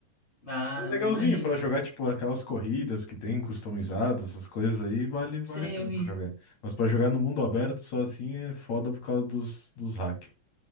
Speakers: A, on the left; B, on the left.
A: Ah,
B: Mas
A: não,
B: É legalzinho
A: imagino.
B: pra jogar, tipo, aquelas corridas que tem customizadas, essas coisas aí, vale, vale
A: Sei,
B: a pena
A: eu vi.
B: pra jogar. Mas pra jogar no mundo aberto só assim é foda por causa dos, dos hack,